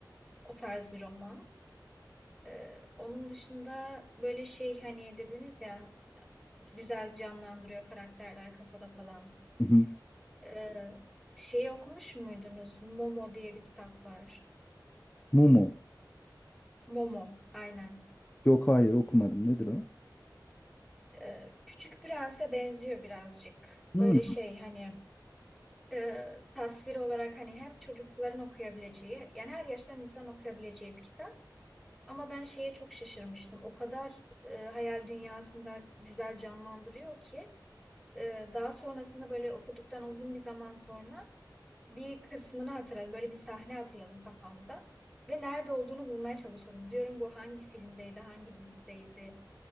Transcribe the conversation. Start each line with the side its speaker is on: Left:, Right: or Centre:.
Centre: O tarz bir roman. Ee, onun dışında böyle şey hani dediniz ya güzel canlandırıyor karakterler kafada falan.
Left: hı hı.
Centre: Ee, şeyi okumuş muydunuz? Momo diye bir kitap var.
Left: Mumu.
Centre: Momo aynen.
Left: Yok hayır okumadım. Nedir o?
Centre: Ee, Küçük Prens'e benziyor birazcık.
Left: Hmm.
Centre: Böyle şey hani e, tasvir olarak hani hem çocukların okuyabileceği yani her yaştan insan okuyabileceği bir kitap. Ama ben şeye çok şaşırmıştım. O kadar e, hayal dünyasında güzel canlandırıyor ki. Ee, daha sonrasında böyle okuduktan uzun bir zaman sonra bir kısmını hatırladım. Böyle bir sahne hatırladım kafamda. Ve nerede olduğunu bulmaya çalışıyorum. Diyorum bu hangi filmdeydi, hangi dizideydi.